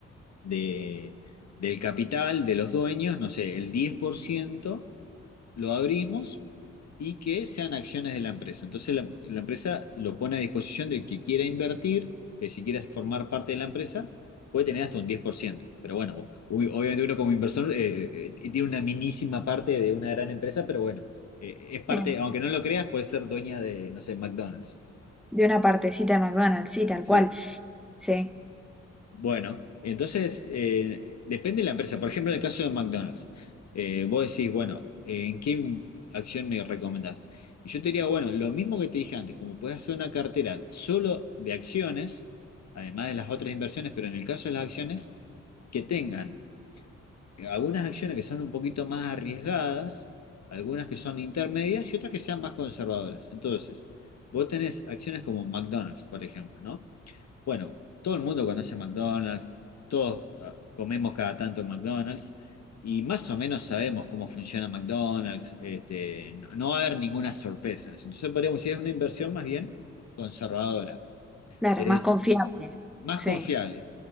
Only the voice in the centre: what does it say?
Sí,
De una partecita de McDonald's, sí, tal
cual. Sí,
claro,
más confiable.
Sí,